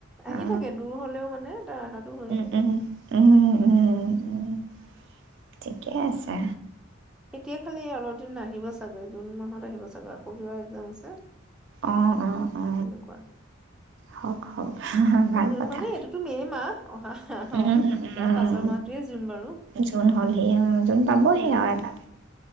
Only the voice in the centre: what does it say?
আহি
থাকে দূৰ হলেও মানে তাৰ অহাটো হৈয়ে
থাকে
এতিয়া খালি অলপ দিন নাহিব চাগৈ জুন মাহত আহিব চাগৈ আকৌ কিবা এক্জাম আছে
তেনেকুৱাই
জুন
মানে এইটোতো মে' মাহ অহা <unintelligible>
ইয়াৰ পাছৰ মাহটোৱে জুন বাৰু
উম